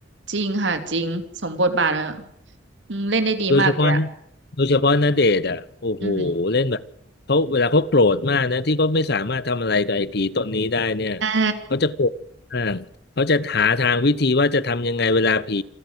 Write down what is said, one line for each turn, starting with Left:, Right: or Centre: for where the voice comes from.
Right: จริงค่ะจริงสมบทบาทอะอืมเล่นได้ดีมากเลยอ่ะ
Left: โดยเฉพาะนะโดยเฉพาะณเดชน์อ่ะโอ้โหเล่นแบบเขาเวลาเขาโกรธมากนะที่เขาไม่สามารถทำอะไรกับไอ้ผีตนนี้ได้เนี่ย
Right: อืมอ่า
Left: เขาจะโกรธมากเขาจะหาทางวิธีว่าจะทำยังไงเวลาผี